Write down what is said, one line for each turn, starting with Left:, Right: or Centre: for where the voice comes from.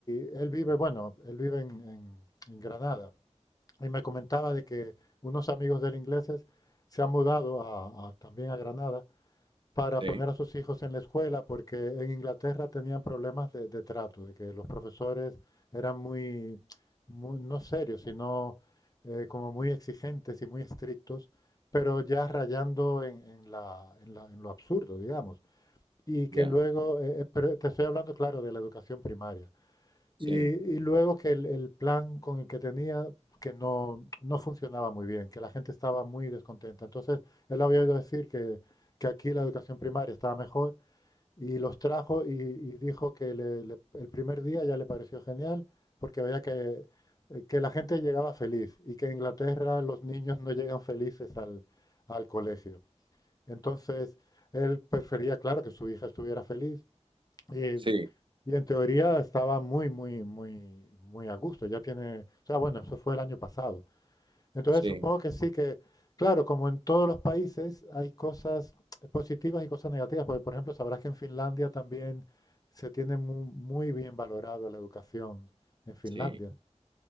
Left: él vive, bueno, él vive en, en- en Granada y me comentaba de que unos amigos de él ingleses se han mudado a- a- también a Granada para
Right: Sí,
Left: poner a sus hijos en la escuela, porque en Inglaterra tenían problemas de, de trato, de que los profesores eran muy, muy- no serios, sino eh, como muy exigentes y muy estrictos, pero ya rayando en, en la- en la- en lo absurdo, digamos. Y que
Right: ya,
Left: luego, eh, eh, pero te estoy hablando, claro, de la educación primaria.
Right: sí,
Left: Y, y luego que el, el plan con el que tenía, que no, no funcionaba muy bien, que la gente estaba muy descontenta. Entonces, él había oído decir que, que aquí la educación primaria estaba mejor y los trajo y, y dijo que le- le- el primer día ya le pareció genial porque veía que, eh, que la gente llegaba feliz y que en Inglaterra los niños no llegan felices al, al colegio. Entonces, él prefería, claro, que su hija estuviera feliz y,
Right: sí,
Left: y en teoría estaba muy, muy, muy, muy a gusto. Ya tiene, o sea, bueno, eso fue el año pasado. Entonces
Right: sí,
Left: supongo que sí que, claro, como en todos los países hay cosas positivas y cosas negativas, porque por ejemplo sabrás que en Finlandia también se tiene mu- muy, bien valorada la educación en Finlandia.
Right: sí.